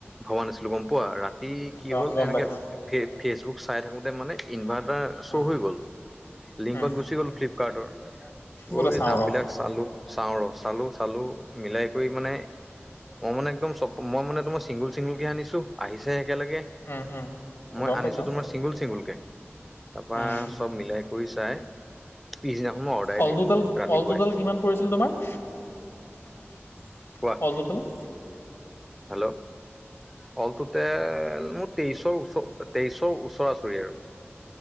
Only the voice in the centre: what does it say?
ভবা নাছিলোঁ গম পোৱা ৰাত এ
কি হ'ল
এনেকে
ফে ফেচবুক চাই থাকোতে মানে ইনভাৰ্টাৰ শ্ব'
হৈ গ'ল লিংকত
গুচি গ'ল ফ্লিপকাৰ্টৰ
গৈ
দাম
বিলাক চালো চাওঁ ৰ চালো চালো মিলাই কৰি মানে মই মানে একদম চব মই মানে তোমাৰ ছিংগুল চিংগুলকে আনিছোঁ আহিছেহে একেলগে
মই
আনিছো
তোমাৰ চিংগুল চিংগুলকে তাৰপা
চব মিলাই কৰি চাই পিছদিনাখন মই অৰ্ডাৰ
দি
দিলোঁ ৰাতিপুৱাই
কোৱা
হেল্ল' অলটোটেল মোৰ তেইছৰ ওচ তেইছৰ ওচৰা ওচৰি আৰু